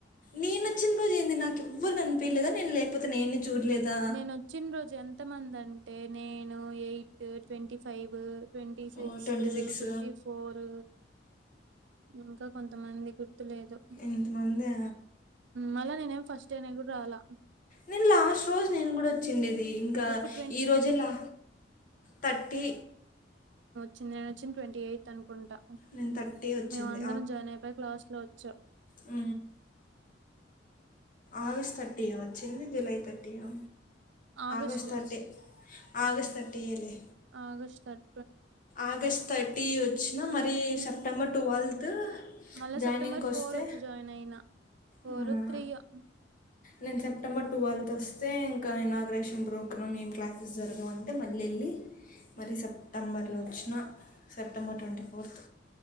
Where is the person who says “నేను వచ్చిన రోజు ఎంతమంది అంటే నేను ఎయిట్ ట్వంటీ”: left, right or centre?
Right